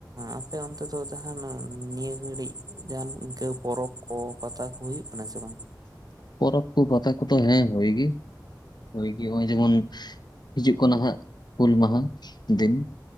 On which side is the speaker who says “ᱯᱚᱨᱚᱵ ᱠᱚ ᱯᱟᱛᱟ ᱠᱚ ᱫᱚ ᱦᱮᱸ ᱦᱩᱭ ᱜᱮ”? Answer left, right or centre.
Left